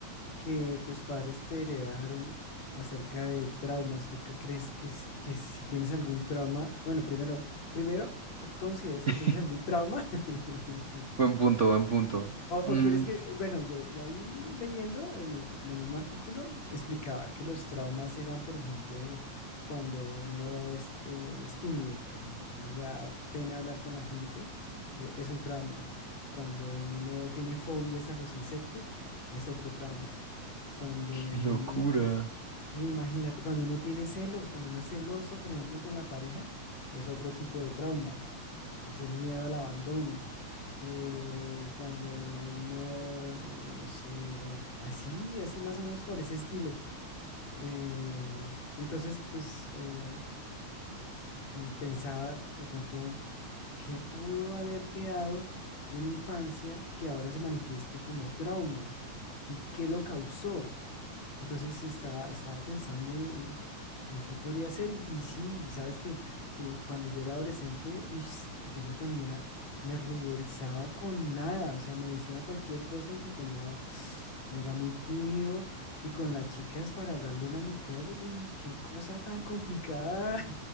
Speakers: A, on the left (about 65°); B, on the right (about 35°).
A: que tus padres te heredaron acerca de traumas? ¿Tú qué crees que, si- que si tienes algún trauma? Bueno, primero, primero, ¿tú consideras que
B: <laughs>
A: tienes algún trauma? <laughs>
B: Buen punto, buen punto.
A: O,
B: Mm,
A: o quieres que, bueno, yo ya ahí leyendo en el, en el mismo artículo explicaba que los traumas eran, por ejemplo, cuando uno es, eh, es tímido, por ejemplo, cuando uno le da pena hablar con la gente, eh, es un trauma. Cuando uno tiene fobias a los insectos, es otro trauma. Cuando
B: qué
A: uno,
B: locura.
A: sí, imagínate, cuando uno tiene celos, cuando uno es celoso, por ejemplo, con la pareja, es otro tipo de trauma es el miedo al abandono. Eh, cuando uno, eh, no sé, bueno, así, así más o menos por ese estilo. Eh, entonces, pues eh, mm, pensaba de pronto, ¿qué pudo haber quedado de mi infancia que ahora se manifieste como trauma? ¿Y qué lo causó? Entonces estaba, estaba pensando en, en qué podría ser y, y sí, sabes que, que cuando yo era adolescente, uy, s- yo me ponía, me ruborizaba con nada, o sea, me decían cualquier cosa y me ponía, <sniffs> era muy tímido y con las chicas para hablarle a una mujer, uy, qué cosa tan complicada,